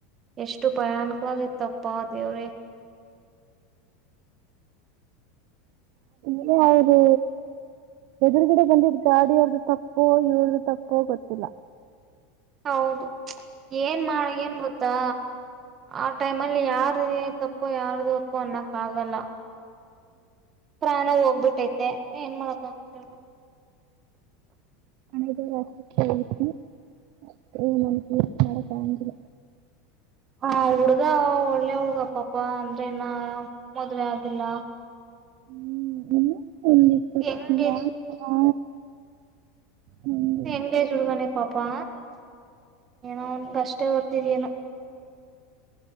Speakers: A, on the right; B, on the right.
A: ಎಷ್ಟು ಭಯಾಣಕವಾಗಿತ್ತಪ್ಪ ದೇವ್ರೇ.
B: ಇದೆ ಅವರು. ಎದುರುಗಡೆ ಬಂದಿದ ಗಾಡಿಯವ್ರ್ದ ತಪ್ಪೋ ಇವ್ರ್ದ ತಪ್ಪೋ ಗೊತ್ತಿಲ್ಲಾ.
A: ಹೌದು ಏನ್ ಮಾಡ ಏನ್ ಗೊತ್ತಾ ಆ ಟೈಮ್ ಅಲ್ಲಿ ಯಾರ ತಪ್ಪೋ ಯಾರ್ದು ಅಪ್ಪೋ ಅನ್ನಕ್ ಆಗಲ್ಲ ಪ್ರಾಣ ಹೋಗ್ಬಿಟ್ಟೈತೆ ಏನ್ ಮಾಡಕೇಳು
B: ಐದಷ್ಟಕ್ಕೆ ಹೋಗು ಅ ನ ಮಾಡಕಂದಿಲ್ಲ
A: ಹ ಹುಡ್ಗ ಒಳ್ಳೆ ಹುಡ್ಗಪ್ಪಪ ಅಂದ್ರೆ ಇನ್ನ ಮದ್ವೆೆ ಆಗಿಲ್ಲ
B: ಹ್ಮ್ ಒಂದ್ ಇಪ್ಪತ್
A: ಹೆಂಗೆ
B: ನಾಲ್ಕು ಹಾ ಹಂಗೆ
A: ಎಂಗೇಜ್ ಹುಡುಗಾನೆ ಪಾಪಾ ಏನೋ ಒನ್ಗ ಅಷ್ಟೇ ಹೊರ್ತಿದನು